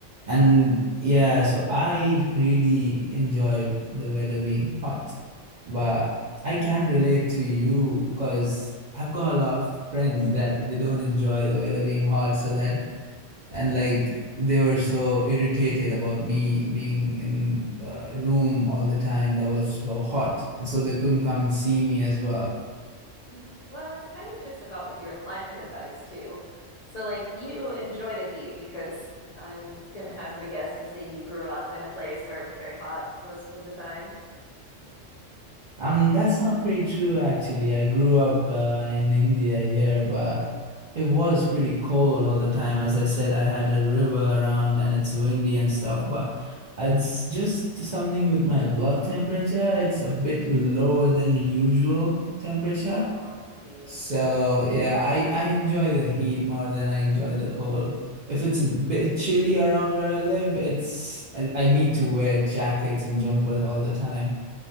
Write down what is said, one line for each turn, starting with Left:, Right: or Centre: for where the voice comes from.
Right: And yeah, so I really enjoy the weather being hot, but I can relate to you because I've got a lot of friends that they don't enjoy the weather being hot, so that and like they were so irritated about me being in the room all the time that was so hot, and so they couldn't come and see me as well.
Left: <laughs> Well, it's kind of just about what you're acclimatized to. So, like, you enjoy the heat because I'm going to hazard a guess and say you grew up in a place where it was very hot most of the time.
Right: Um, that's not pretty true, actually. I grew up uh, in India here, but it was pretty cold all the time. As I said, I had a river around and it's windy and
Left: Mhm,
Right: stuff, but it's just something with my blood temperature. It's a bit lower
Left: mhm.
Right: than usual temperature.
Left: Oh, I see.
Right: So
Left: I see.
Right: yeah, I, I enjoy the heat more than I enjoy the cold. If it's a bit chilly around where I live, it's I, I need to wear jackets and jumpers all the time.